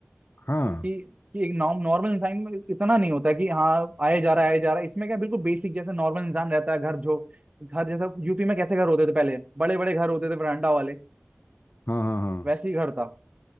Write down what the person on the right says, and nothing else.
कि कि एक नॉर्मल इंसान में इतना नहीं होता है कि हाँ आए जा रहा है आए जा रहा है इसमें क्या बिल्कुल बेसिक जैसे नॉर्मल इंसान रहता है घर जो घर जैसा यूपी में कैसे घर होते थे पहले बड़े बड़े घर होते थे वरांडा वाले
वैसे ही घर था